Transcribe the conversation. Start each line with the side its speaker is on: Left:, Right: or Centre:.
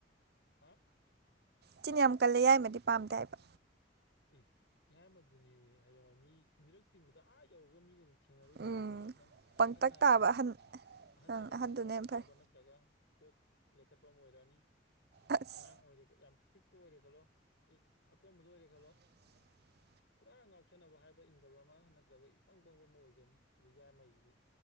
Left: ꯍꯥ
Right: ꯆꯤꯟ ꯌꯥꯝ ꯀꯜꯂꯦ ꯌꯥꯏꯃꯗꯤ ꯄꯥꯝꯗꯦ ꯍꯥꯏꯕ
Left: ꯏ ꯌꯥꯏꯃꯗꯨꯅꯦ ꯍꯌꯦꯡꯋꯥꯏ ꯃꯤ ꯃꯤꯔꯛ ꯇꯤꯟꯕꯗ ꯑꯥ ꯌꯧꯔꯒ ꯃꯤꯒ ꯊꯦꯡꯅꯔꯨꯗꯣꯏꯗꯨꯅꯦ
Right: ꯎꯝ
Left: ꯅꯪ
Right: ꯄꯪꯇꯛ
Left: ꯑꯍꯟ ꯍꯥꯏꯔꯦ
Right: ꯇꯥꯕ
Left: ꯈꯜꯂꯣ
Right: ꯑꯍꯟ
Left: ꯑꯍꯟ
Right: ꯑꯪ
Left: ꯍꯥꯏꯔꯦ
Right: ꯑꯍꯟꯗꯨꯅ
Left: ꯈꯜꯂꯣ ꯆꯝꯐꯨꯠ
Right: ꯍꯦꯟꯅ ꯐꯔꯦ
Left: ꯇꯥꯕ ꯅꯠꯇ꯭ꯔꯒ ꯀꯣꯛ ꯂꯩꯈꯠꯄꯃ ꯑꯣꯏꯔꯛꯑꯅꯤ
Right: ꯑꯁ
Left: ꯑꯉꯥꯡ ꯑꯣꯏꯔꯦ ꯌꯥꯝ ꯄꯤꯛꯄ ꯑꯣꯏꯔꯦ ꯈꯜꯂꯣ ꯑꯀꯣꯟꯕꯗꯣ ꯑꯣꯏꯔꯦ ꯈꯜꯂꯣ
Right: <inaudible>
Left: ꯄꯨꯔꯥ ꯉꯥꯎꯁꯟꯅꯕ ꯍꯥꯏꯕ ꯏꯟꯗꯕ ꯑꯃ ꯅꯠꯇ꯭ꯔꯒ ꯏꯄꯪ ꯄꯪꯕ ꯑꯃ ꯑꯣꯏꯒꯅꯤ ꯑꯗꯨ ꯌꯥꯏꯃꯖꯤꯗꯤ